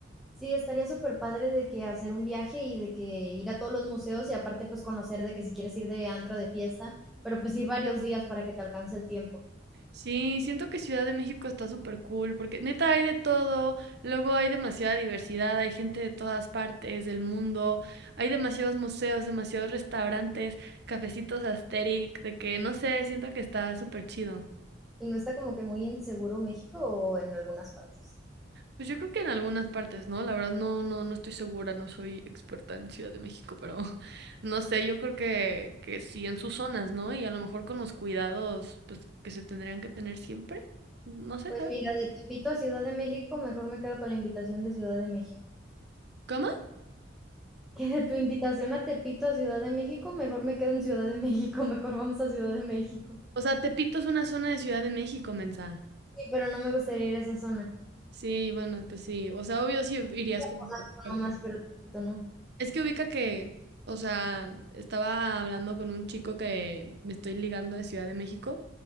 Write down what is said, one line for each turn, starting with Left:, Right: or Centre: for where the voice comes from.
Centre: Sí, estaría súper padre de que hacer un viaje y de que ir a todos los museos y aparte, pues, conocer de que si quieres ir de antro, de fiesta, pero, pues, ir varios días para que te alcance el tiempo.
Right: Sí, siento que Ciudad de México está súper cool porque neta hay de todo, luego hay demasiada diversidad, hay gente de todas partes del mundo, hay demasiados museos, demasiados restaurantes, cafecitos Asterix, de que no sé, siento que está súper chido.
Centre: ¿Y no está como que muy inseguro México o en algunas partes?
Right: Pues yo creo que en algunas partes, ¿no? La verdad no, no, no estoy segura, no soy experta en Ciudad de México, pero <laughs> no sé, yo creo que, que sí en sus zonas, ¿no? Y a lo mejor con los cuidados pues que se tendrían que tener siempre, no sé,
Centre: Pues
Right: ¿sabes?
Centre: mira, de Tepito a Ciudad de México, mejor me quedo con la invitación de Ciudad de México. <laughs>
Right: ¿Cómo?
Centre: Que de tu invitación a Tepito a Ciudad de México, mejor me quedo en Ciudad de México, <laughs> mejor vamos a Ciudad de México.
Right: O sea, Tepito es una zona de Ciudad de México, mensa.
Centre: Sí, pero no me gustaría ir a esa zona.
Right: Sí, bueno, pues sí. O sea, obvio sí irías como
Centre: Polanco
Right: transporte.
Centre: nomás, pero Tepito no.
Right: Es que ubica que, o sea, estaba hablando con un chico que me estoy ligando de Ciudad de México